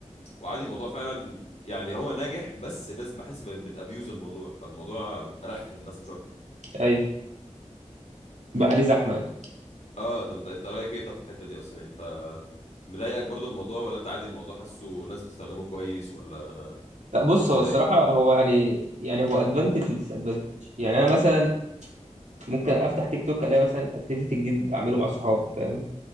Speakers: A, on the left; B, on the right.
A: وعادي الموضوع فعلا يعني هو ناجح بس الناس بحس بتابيوز الموضوع فالموضوع رخم بس مش اكتر
B: أيوه بقى عليه زحمة يعني.
A: اه طب انت انت رايك ايه طب في الحته دي اصلا يعني انت مضايقك برضه الموضوع ولا انت عادي الموضوع حاسه الناس بتستخدمه كويس ولا
B: لا بص
A: ازاي
B: هو الصراحة هو يعني يعني هو ادفانتج وديس ادفانتج يعني انا مثلا ممكن افتح تيك توك الاقي مثلا اكتيفيتي جديد اعمله مع صحابي فاهم